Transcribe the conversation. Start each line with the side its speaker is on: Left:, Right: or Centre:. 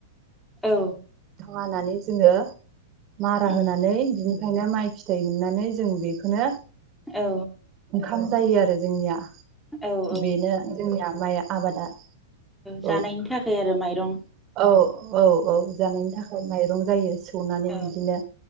Centre: औ
Right: हानानै जोङो मारा
Centre: उम
Right: होनानै बिनि खायनो माइ फिथाइ मोननानै जों बेखौनो
Centre: औ।
Right: ओंखाम जायो आरो जोंनिया
Centre: औ औ
Right: बेनो जोंनिया माइ आबादा। औ
Centre: जानायनि थाखाय आरो माइरं
Right: औ औ औ। जानायनि थाखाय माइरं जायो सौनानै
Centre: औ
Right: बिदिनो